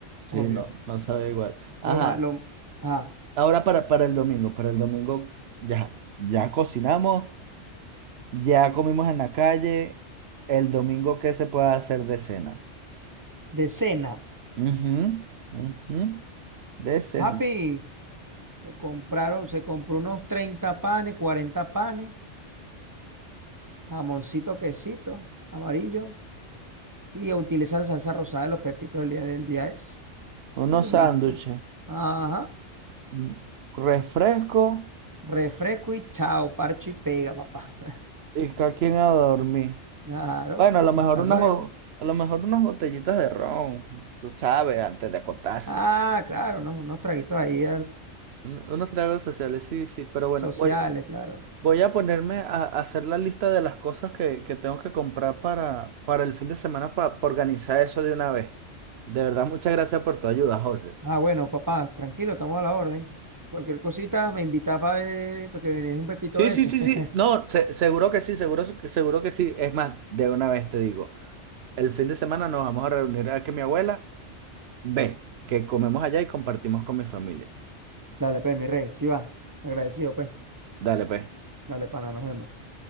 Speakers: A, on the right; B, on the right.
A: Sí,
B: obvio.
A: no, no sabe igual. Ajá,
B: Lo más, lo, ah,
A: ahora para, para el domingo, para el domingo ya, ya cocinamos, ya comimos en la calle. El domingo, ¿qué se puede hacer de cena?
B: de cena.
A: Ujú, ujú, De cena.
B: Papi, se compraron, se compró unos 30 panes, 40 panes, jamoncito, quesito, amarillo, y a utilizar salsa rosada de los pepitos del día del día ese.
A: Unos
B: Y
A: sándwiches,
B: listo. Ajá.
A: un refresco
B: Refresco y chao, parcho y pega, papá.
A: y cada quien a dormir.
B: Claro,
A: Bueno, a lo
B: y
A: mejor
B: hasta
A: unas,
B: luego.
A: bo- a lo mejor unas botellitas de ron, tú sabes, antes de acostarse.
B: Ah, claro, ¿no? Unos traguitos ahí
A: Un- Unos tragos sociales, sí, sí, pero bueno,
B: Sociales,
A: voy,
B: claro.
A: voy a ponerme a, a hacer la lista de las cosas que, que tengo que comprar para, para el fin de semana para, organizar eso de una vez. De verdad, muchas gracias por tu ayuda, José.
B: Ah, bueno, papá, tranquilo, estamos a la orden. Cualquier cosita me invita para ver, porque es un pepito
A: Sí,
B: de
A: sí,
B: eso.
A: sí,
B: <laughs>
A: sí. No, se- seguro que sí, seguro, que- seguro que sí. Es más, de una vez te digo, el fin de semana nos vamos a reunir a que mi abuela ve, que comemos allá y compartimos con mi familia.
B: Dale, pues, mi rey, sí va. Agradecido, pues.
A: Dale, pues.
B: Dale, pana, nos vemos.